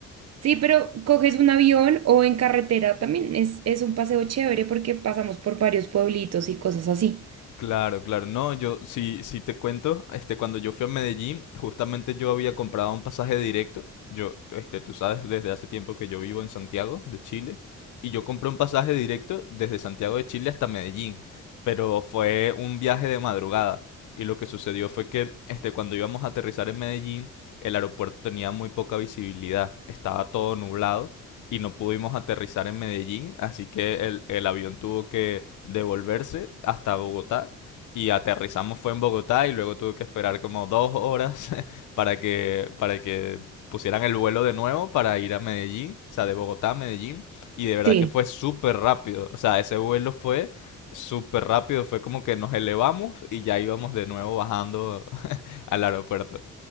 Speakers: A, on the right; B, on the left.
A: Sí, pero coges un avión o en carretera también es, es un paseo chévere porque pasamos por varios pueblitos y cosas así.
B: Claro, claro. No, yo sí, sí te cuento, este, cuando yo fui a Medellín, justamente yo había comprado un pasaje directo. Yo, este, tú sabes, desde hace tiempo que yo vivo en Santiago de Chile y yo compré un pasaje directo desde Santiago de Chile hasta Medellín, pero fue un viaje de madrugada y lo que sucedió fue que, este, cuando íbamos a aterrizar en Medellín, el aeropuerto tenía muy poca visibilidad, estaba todo nublado y no pudimos aterrizar en Medellín, así que el, el avión tuvo que devolverse hasta Bogotá y aterrizamos fue en Bogotá y luego tuve que esperar como dos horas <laughs> para que, para que pusieran el vuelo de nuevo para ir a Medellín, o sea, de Bogotá a Medellín y de verdad
A: sí
B: que fue súper rápido, o sea, ese vuelo fue súper rápido, fue como que nos elevamos y ya íbamos de nuevo bajando <laughs> al aeropuerto.